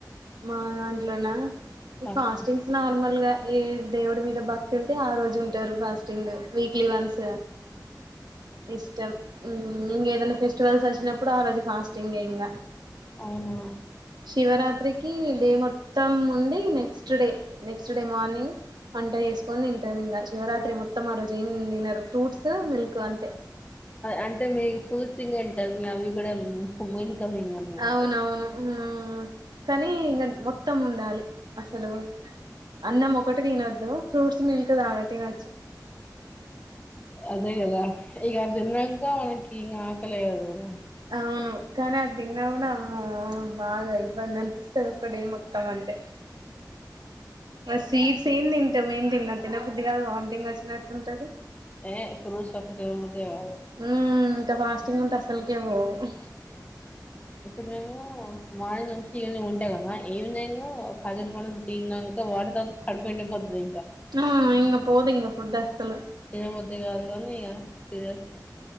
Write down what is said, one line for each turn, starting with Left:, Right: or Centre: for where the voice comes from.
Right: మా దాంట్లోనా ఈ
Left: ఫస్ట్
Right: ఫాస్టింగ్స్
Left: మ్మ్.
Right: నార్మల్గా ఏ దేవుడి మీద భక్తు అతే ఆ రోజు ఉంటారు ఫాస్టింగ్ వీక్లీ వన్స్ ఇష్టం ఇంకా ఏదైనా ఫెస్టివల్స్ వచ్చినప్పుడు ఆ రోజు ఫాస్టింగ్ ఇంకా
Left: అవునా
Right: శివరాత్రి కి డే మొత్తం ఉండి next day next day morning వంట చేసుకొని ఇంటర్నింగ్ శివరాత్రి మొత్తం ఆ రోజు ఏం తిన్నారు ఫ్రూట్స్ మిల్క్ అంతే
Left: అంటే మీకు ఫ్రూట్ ఇంకా తింటది లే అవి కూడా ఇన్కమింగ్ అన్నమాట
Right: అవునవును హు కానీ ఇంకా మొత్తం ఉండాలి అసలు అన్నం ఒకటి తినొద్దు ఫ్రూట్స్ మీల్క్ తాగు అంతేగా
Left: అదే కదా ఇక తిన్నంక ఆమెకి ఇంకా ఆకలీ లేదే ఏమో
Right: అవును కానీ ఆ దిన్న కూడా అమ్మో బాగా ఇబ్బంది అనిపిస్తది ఒక డే మొత్తం అంతే స్వీట్స్ ఏం తింటాము ఏం తిన్న తిన్న బుద్ది కాదు వామింటింగ్ వస్తున్నట్టు ఉంటది
Left: ఏ ఫ్రూట్ స్టఫ్ లేవు <unintelligible>
Right: మ్మ్ ఇంకా ఫాస్టింగ్ ఉంటే అసలుకే పోవు
Left: ఇప్పుడు మేము మార్నింగ్ నుంచి ఈవెనింగ్ ఉంట ఆ ఏందేందో ఖజరు పను తినంక వాటితోప్పు కడుపు ఎండిపోతుంది
Right: ఆ ఇంగా పోద్ ఇంగా ఫుడ్ అస్సలు
Left: తిన బుద్ధి కాదు కానీ తినేస్తా